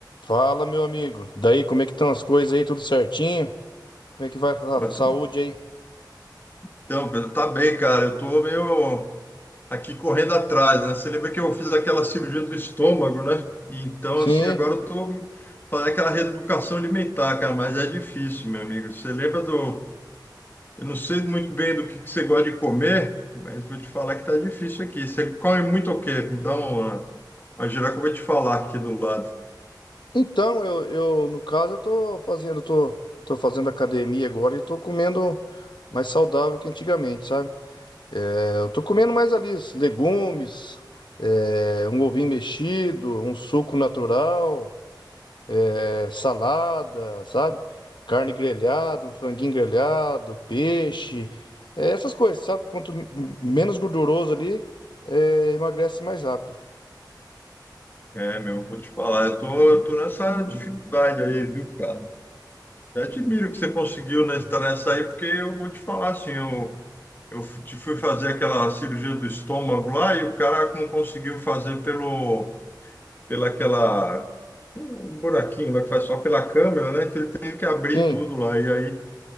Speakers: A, on the left; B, on the left.
A: Fala, meu amigo. Daí, como é que estão as coisas aí? Tudo certinho? Como é que vai a
B: Pô,
A: saúde
B: tu-
A: aí?
B: Então, Pedro, tá bem, cara. Eu tô meio aqui correndo atrás, né? Você lembra que eu fiz aquela cirurgia do estômago, né? E Então,
A: Sim.
B: assim, agora eu tô fazendo aquela reeducação alimentar, cara, mas é difícil, meu amigo. Você lembra do. Eu não sei muito bem do que que você gosta de comer, mas vou te falar que tá difícil aqui. Você come muito o quê? Me dá uma. Uma geral que eu vou te falar aqui do lado.
A: Então, eu, eu no caso, eu tô fazendo, tô, tô fazendo academia agora e tô comendo mais saudável que antigamente, sabe? É, eu tô comendo mais ali os legumes, é, um ovinho mexido, um suco natural. é, salada, sabe? Carne grelhada, um franguinho grelhado, peixe, é, essas coisas, sabe? Quanto m- menos gorduroso ali, é, emagrece mais rápido.
B: É, meu, vou te falar. Eu tô, eu tô nessa dificuldade aí, viu, cara? Eu admiro que você conseguiu nessa, nessa aí, porque eu vou te falar assim, eu, eu te fui fazer aquela cirurgia do estômago lá e o cara não conseguiu fazer pelo, pela aquela, um buraquinho lá que faz só pela câmera, né? Então ele teve que abrir
A: Sim,
B: tudo lá. E aí,